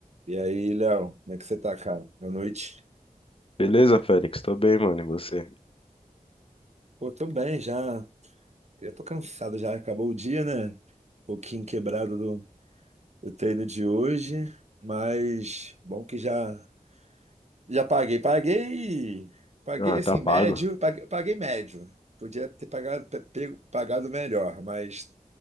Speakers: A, on the right; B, on the left.
A: E aí, Léo, como é que você tá, cara? Boa noite.
B: Beleza, Félix? Tô bem, mano. E você?
A: Pô, tô bem já. Eu tô cansado já, acabou o dia, né? Um pouquinho quebrado do, do treino de hoje, mas bom que já já paguei. Paguei, paguei
B: Ah,
A: assim,
B: tá pago.
A: médio, paguei, paguei médio. Podia ter pagado, pe- pego- pagado melhor, mas